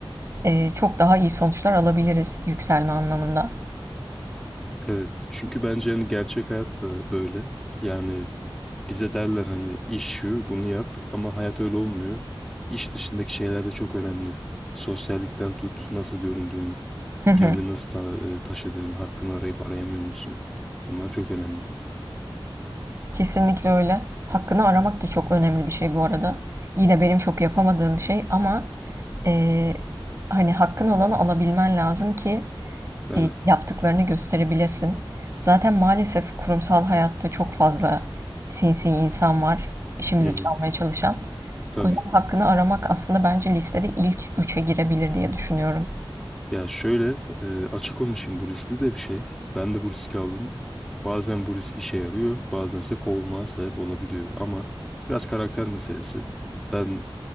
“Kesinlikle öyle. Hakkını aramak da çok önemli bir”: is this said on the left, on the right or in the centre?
Right